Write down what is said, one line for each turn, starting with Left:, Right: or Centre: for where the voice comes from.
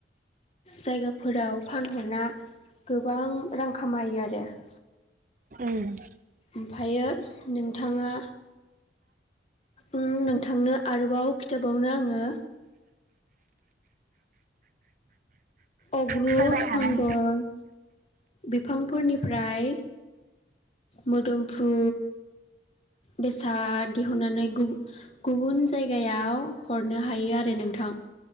Left: जायगाफोराव फानहरना गोबां रां खामायो आरो ।
Right: उम
Left: ओमफायो नोंथाङा ओम नोंथांनो आरोबाव खिथाबावनो आङो अग्रु
Right: फोरमायनो हाबाय
Left: चन्दन बिफांफोरनिफ्राय मोदोमफ्रु बेसाद दिहुननानै गुबु गुबुन जायगायाव हरनो हायो आरो नोंथां